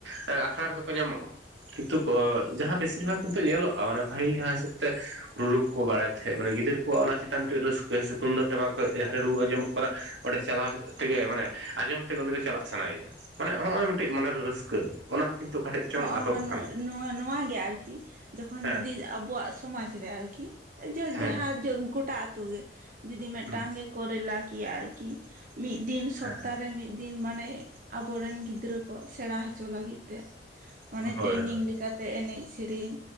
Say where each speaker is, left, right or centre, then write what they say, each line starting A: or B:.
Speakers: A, on the right; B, on the right.
A: ᱟᱠᱷᱲᱟ ᱨᱮᱫᱚ ᱠᱚ ᱧᱟᱢᱚᱜ-ᱟ᱾ ᱠᱤᱱᱛᱩ ᱚ ᱡᱟᱦᱟᱸ ᱵᱮᱥᱤᱨ ᱵᱷᱟᱜᱽ ᱠᱤᱱᱛᱩ ᱧᱮᱞᱚᱜ-ᱟ ᱢᱟᱱᱮ ᱯᱟᱹᱦᱤᱞ ᱡᱟᱦᱟᱸ ᱦᱤᱥᱟᱹᱵ ᱛᱮ ᱨᱩᱨᱩ ᱠᱚ ᱵᱟᱲᱟᱭ ᱛᱮᱦᱮᱸᱡ ᱢᱟᱱᱮ ᱜᱤᱫᱟᱹᱨ ᱠᱚᱣᱟᱜ ᱚᱱᱟ ᱪᱮᱛᱟᱱ ᱢᱤᱫ ᱨᱟᱹᱥᱠᱟᱹ ᱥᱮ ᱛᱩᱢᱫᱟᱹᱜ ᱴᱟᱢᱟᱠ ᱡᱟᱦᱟᱸ ᱨᱮ ᱨᱩ ᱟᱸᱡᱚᱢᱚᱜ ᱠᱟᱱᱟ ᱚᱸᱰᱮ ᱪᱟᱞᱟᱣ ᱛᱮᱜᱮ ᱢᱟᱱᱮ ᱟᱸᱡᱚᱢ ᱩᱱᱤ ᱫᱚ ᱪᱟᱞᱟᱜ ᱥᱟᱱᱟᱭᱮᱭᱟ ᱢᱟᱱᱮ ᱱᱚᱜ-ᱚᱭ ᱢᱤᱫᱴᱮᱡ ᱢᱚᱱᱮᱨᱮ ᱨᱟᱹᱥᱠᱟᱹ ᱚᱱᱟ ᱦᱚᱸ ᱠᱤᱱᱛᱩ ᱚᱠᱟᱴᱷᱮᱡ ᱪᱚᱝ
B: ᱦᱚᱸᱜ-ᱱᱚ
A: ᱟᱫᱚᱜ ᱠᱟᱱᱟ
B: ᱱᱚ ᱱᱚᱣᱟ ᱜᱮ ᱟᱨᱠᱤ ᱡᱚᱠᱷᱚᱱ
A: ᱦᱮᱸ
B: ᱡᱩᱫᱤ ᱟᱵᱩᱣᱟᱜ ᱥᱚᱢᱟᱡ ᱨᱮ ᱟᱨᱠᱤ ᱡᱚ
A: ᱦᱮᱸ
B: ᱡᱟᱦᱟᱸ ᱜᱚᱴᱟ ᱟᱛᱳ ᱜᱮ ᱡᱩᱫᱤ ᱢᱤᱫᱴᱟᱝ
A: ᱦᱮᱸ
B: ᱜᱮ ᱠᱚᱨᱮ ᱨᱮᱞᱟ ᱠᱤᱭᱟ ᱟᱨᱠᱤ ᱢᱤᱫ ᱫᱤᱱ ᱥᱚᱯᱛᱟ
A: ᱦᱮᱸ
B: ᱨᱮ ᱢᱤᱫ ᱫᱤᱱ ᱢᱟᱱᱮ ᱟᱵᱚᱨᱮᱱ ᱜᱤᱫᱽᱨᱟᱹ ᱠᱚ ᱥᱮᱬᱟ ᱦᱚᱪᱚ ᱞᱟᱹᱜᱤᱫ ᱛᱮ ᱢᱟᱱᱮ
A: ᱦᱳᱭ
B: ᱴᱨᱮᱱᱤᱝ
A: ᱦᱳᱭ
B: ᱞᱮᱠᱟᱛᱮ ᱛᱮ ᱮᱱᱮᱡ ᱥᱤᱨᱤᱧ